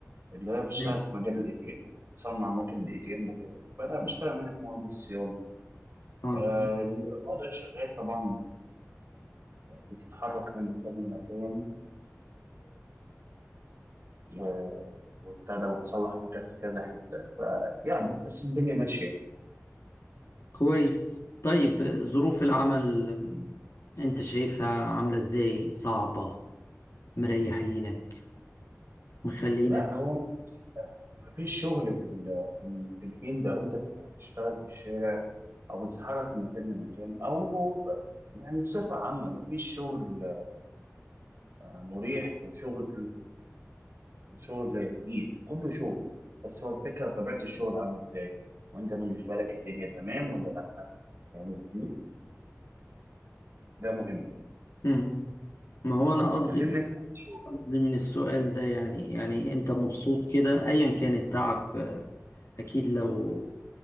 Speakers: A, on the right; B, on the left.
A: اللي هي بتشتغل
B: نعم.
A: في مجال الاي تي ام بتصنع اماكن الاي تي ام وكده فأنا بشتغل هناك مهندس صيانة
B: اه
A: آه، الوضع شغال طبعا بتتحرك من مكان لمكان و- وابتدى وتصلح مكان في كذا حتة فيعني بس الدنيا ماشية
B: كويس طيب ظروف العمل انت شايفها عاملة ازاي صعبة مريحينك مخلينك
A: لا هو مفيش شغل في ال في ال- في الفيلد أو أنت بتبقى بتشتغل في الشارع أو بتتحرك من مكان لمكان أو ب- يعني بصفة عامة مفيش شغل آه، مريح وشغل وشغل تقيل كله شغل بس هو الفكرة طبيعة الشغل عاملة إزاي وأنت بالنسبة لك الدنيا تمام ولا لأ فاهمني ده مهم
B: مم. ما هو انا قصدي
A: كلمني أنت عن الشغل
B: قصدي من السؤال ده يعني يعني انت مبسوط كده ايا كان التعب آه، اكيد لو